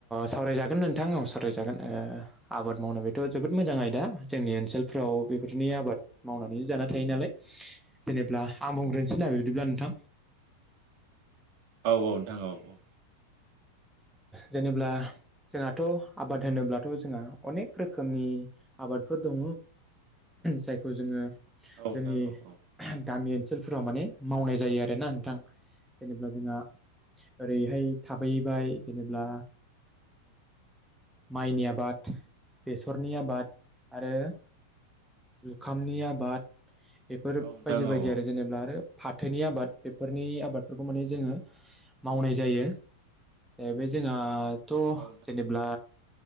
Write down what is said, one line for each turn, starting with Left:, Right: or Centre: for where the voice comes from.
Centre: सावरायजागोन नोंथां औ सावरायजागोन आबाद मावनो बेथ' जोबोद मोजां आयदा जोंनि ओनसोलफ्राव बेफोरनि आबाद मावनानै जाना थायो नालाय जेनेबा आं बुंग्रोसै ना दे बिदिब्ला नोंथां
Right: <inaudible> औ औ नोंथा औ
Centre: जेनेब्ला जोंहाथ' आबाद होनोब्लाथ' जोंहा अनेक रोखोमनि आबादफोर दङ जायखौ जोङो
Right: नोंथां
Centre: जोंनि
Right: औ औ
Centre: गामि ओन सोलफोराव माने मावनाय जायो आरो ना नोंथां जेनेबा जोंहा ओरैहाय थाबैहैबाय जेनेब्ला माइनि आबाद बेसरनि आबाद आरो जुखामनि आबाद बेफोर
Right: औ नोंथां
Centre: बायदि
Right: औ
Centre: बायदि आरो जेनेबा आरो फाथोनि आबाद बेफोरनि आबादफोरखौ माने जोङो मावनाय जायो। जाहैबाय जोंहाथ'
Right: औ नोंथां औ
Centre: जेनेब्ला